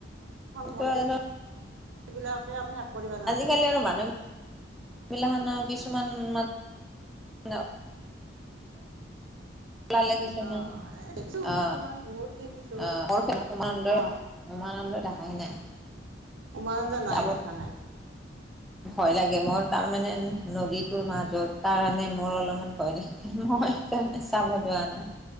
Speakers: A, in the centre; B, on the right.
A: কিন্তু
B: মন্দিৰ
A: আৰু
B: বিলাকে আমি <unintelligible>
A: আজিকালি আৰু মানুহ গিলাখানৰ কিছুমান মান ন লাগিছে
B: অ
A: ন
B: দেখিছো
A: অ
B: কিছুমান বহুত দেখিছো
A: অ উমানন্দ
B: অ
A: উমানন্দই দেখায় নাই।
B: উমানন্দ নাই
A: যাব
B: দেখা নাই
A: ভয় লাগে মোৰ তাৰ মানে নদীটোৰ মাজত কাৰণে মোৰ অলপমান মই সেইকাৰণে চাব যোৱা নাই।